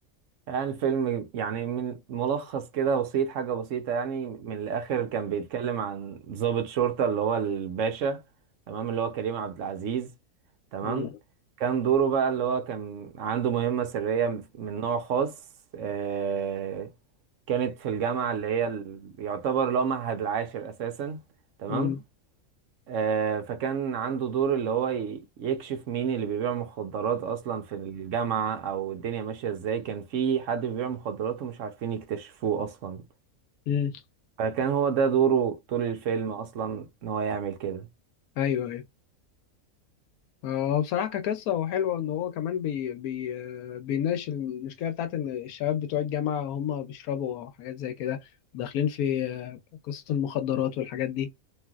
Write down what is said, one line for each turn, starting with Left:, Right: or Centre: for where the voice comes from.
Right: يعني الفيلم يعني من ملخص كده بسيط حاجة بسيطة يعني من الآخر كان بيتكلم عن ضابط شرطة اللي هو الباشا تمام اللي هو كريم عبد العزيز تمام
Left: مم.
Right: كان دوره بقى اللي هو كان عنده مهمة سرية من نوع خاص آه، كانت في الجامعة اللي هي ال- يعتبر اللي هو معهد العاشر أساسا تمام
Left: مم.
Right: آه فكان عنده دور اللي هو ي- يكشف مين اللي بيبيع مخدرات أصلا في الجامعة أو الدنيا ماشية إزاي كان في حد بيبيع مخدرات ومش عارفين يكتشفوه أصلا
Left: مم.
Right: فكان هو ده دوره طول الفيلم أصلا إن هو يعمل كده
Left: ايوه ايوه هو بصراحة كقصة هو حلو ان هو كمان بي بي آه، بيناقش المشكلة بتاعت ان الشباب بتوع الجامعة هم بيشربوا حاجات زي كده داخلين في آه، قصة المخدرات والحاجات دي